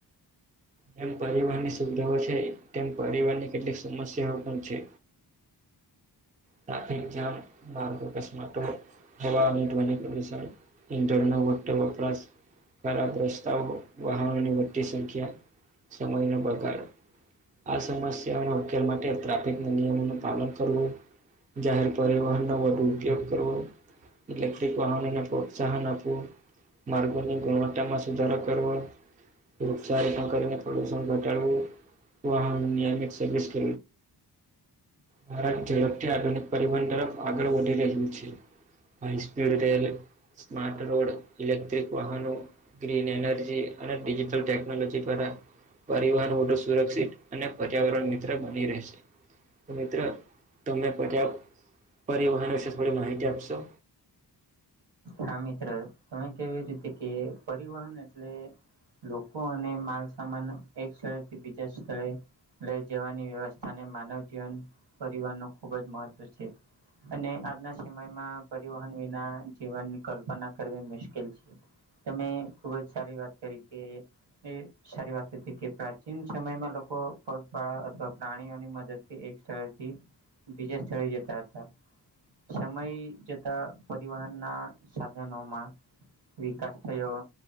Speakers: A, on the right; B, on the right.
A: જેમ પરીવહન સુવિધાઓ છે તેમ પરીવહન કેટલીક સમસ્યાઓ પણ છે. ટ્રાફિક જામ માર્ગ <unintelligible> હવા પ્રદુણ ઇંધરનો વો વપરાશ ખરાબ રસ્તાઓ વાહનોની વધતી સંખ્યા સમયને પડકારો. આ સમસ્યાના ઉકેલ માટે ટ્રાફિક ના નિયમોનું પાલન કરવું. જાહેર પરિવહનનો વધુ ઉપયોગ કરવો. ઈલેક્ટ્રીક વાહનોને પ્રોત્સાહન આપવું. માર્ગોની ગુણવત્તામાં સુધારો કરવો. વૃક્ષા રોપણ કરીને પ્રદુષણ ઘટાડવું. વાહનો નિયમિત સર્વિસ <unintelligible> ભારત ઝડપથી આધુનિક પરિવહન તરફ આગળ વધી રહ્યું છે. High speed rail smart road electric વાહનો ગ્રીન એનર્જી અને ડિજિટલ ટેકનોલોજી દ્વારા પરિવહન મોટું સુરક્ષિત અને પર્યાવરણ મિત્ર બની રહેશે. તો મિત્ર તમમે પર્યા્ત પરિવહન વિશે થોડી માહિતી આપશો?
B: હા મિત્ર તમે કેવી રીતે કે પરિવહન એટલે લોકો અને માલસામાન એક સ્થળેથી બીજા સ્થળે લઈ જવાની વ્યવસ્થા ને માનવ જીવન પરિવહ ન ખૂબ જ મહત્વ છે. અને આજના સમયમાં પરિવહન વિના જીવનની કલ્પના કરવી મુશ્કેલ છે. તમે ખુબ જ સારી વાત કરી કે એ સારી વાત હતી કે પ્રાચીન સમયમાં લોકો પગપાળા અથવા પ્રાણીઓની મદદથી એક સ્થળેથી બીજા સ્થળે જતા હતા સમય જતા પરિવહન ના સાધનોમાં વિકાસ થયો